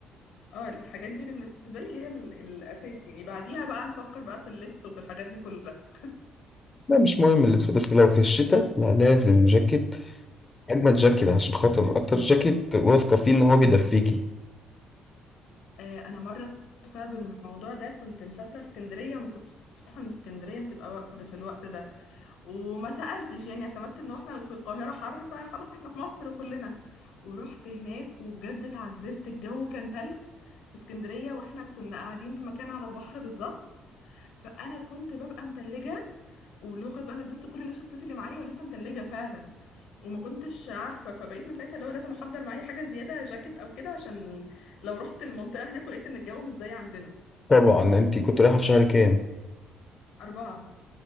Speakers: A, on the left (about 85°); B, on the left (about 30°).
A: اه الحاجات دي بالنسبة لي هي ال- الأساس يعني بعديها بقى نفكر بقى في اللبس وفي الحاجات دي كلها
B: لا مش مهم اللبس بس لو في الشتاء لا لازم جاكيت أجمل جاكيت عشان خاطر أكتر جاكيت واثقة فيه إن هو بيدفيكي
A: آه، انا مره بسبب الموضوع ده كنت مسافره اسكندريه ما كنتش عارفه ان اسكندريه هتبقى برد في الوقت ده وما سالتش يعني اعتمدت ان احنا في القاهره حر فخلاص احنا في مصر كلنا ورحت هناك وبجد اتعذبت الجو كان تلج في اسكندريه واحنا كنا قاعدين في مكان على البحر بالظبط فانا كنت ببقى متلجه ولو خلاص بقى انا لبست كل اللبس الصيفي اللي معايا ولسه متلجه فعلا وما كنتش عارفه فبقيت من ساعتها اللي هو لازم احضر معايا حاجه زياده جاكيت او كده عشان لو رحت المنطقه هناك ولقيت ان الجو مش زي عندنا
B: طبعا أنت كنت رايحة في شهر كام؟
A: اربعه